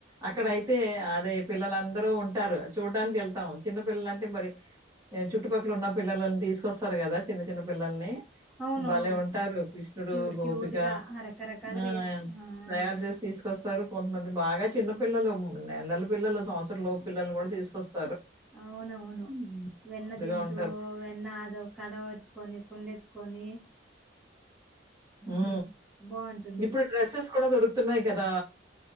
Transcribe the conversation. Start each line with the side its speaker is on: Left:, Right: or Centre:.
Right: అక్కడ
Centre: ఆ
Right: అయితే అదే పిల్లలు అంత అందరు ఉంటారు చూడ్డానికి వెళ్తాం చిన్నపిల్లలు అంటే మరి చుట్టుపక్కల ఉన్న పిల్లని తీసుకొస్తారు కదా చిన్న చిన్న పిల్లల్ని
Centre: అవునవును
Right: భలే ఉంటారు. కృష్ణుడు
Centre: క్యూట్
Right: గోపిక
Centre: క్యూట్గా రకరకాలుగా
Right: ఆ
Centre: చేస్ ఆ
Right: తయారు చేసి తీసుకొస్తారు కొంతమంది బాగా చిన్నపిల్లలు నెలల పిల్లలు సంవత్సరం లోపు పిల్లని కూడా తీసుకొస్తారు
Centre: అవునవును
Right: హ్మ్.
Centre: వెన్న
Right: ముద్దుగా
Centre: తింటు
Right: ఉంటారు.
Centre: వెన్న అద కడవ కొని కుండెత్తుకొని
Right: ఉ
Centre: ఆహా బాగుంటుంది
Right: ఇప్పుడు డ్రెస్సెస్ కూడా దొరుకుతున్నాయి కదా